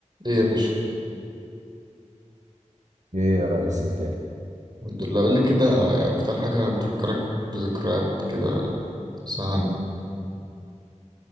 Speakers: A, on the right; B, on the right.
A: ايه يا باشا
B: ايه يا ريس الدنيا
A: الحمد لله قول لي كده اكتر حاجه بتفكرك بذكريات كده زمان